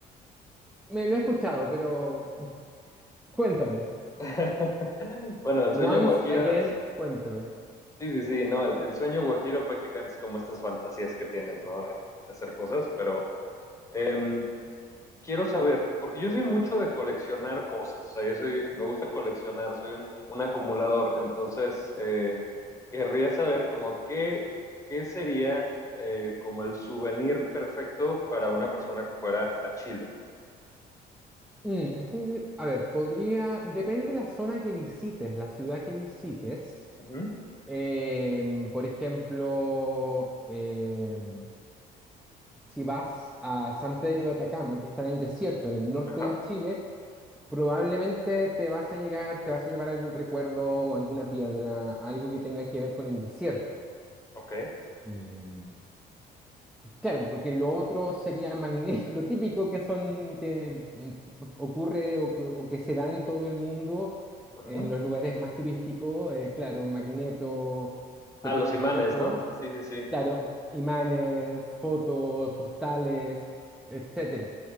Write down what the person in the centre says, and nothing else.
Me lo he escuchado, pero <laughs> cuéntame.
Once
again,
cuéntame.
Mm, este- a ver, podría, depende la zona que visites, la ciudad que visites.
Em, por ejemplo, em, si vas a San Pedro de Atacama, que está en el desierto, en el norte
de Chile, probablemente te vas a llegar, te vas a llevar algún recuerdo, alguna piedra, algo que tenga que ver con el desierto.
Em, Claro, porque lo otro sería magnético, lo típico que son, que en- ocurre o, que o que se da en todo el mundo,
en los lugares más turísticos, eh, claro, magneto, pequeñas
fotos,
claro, imanes, fotos, postales, etcétera.